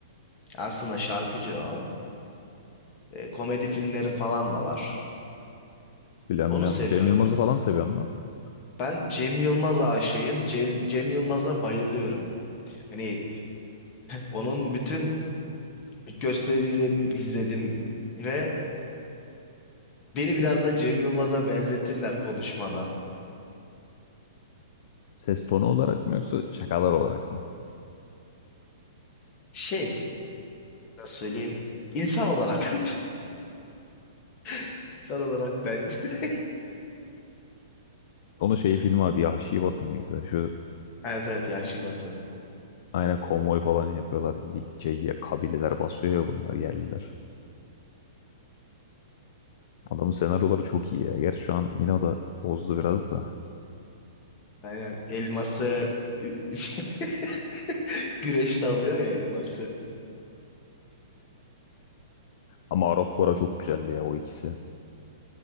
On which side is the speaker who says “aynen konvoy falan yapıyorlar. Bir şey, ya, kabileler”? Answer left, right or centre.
Left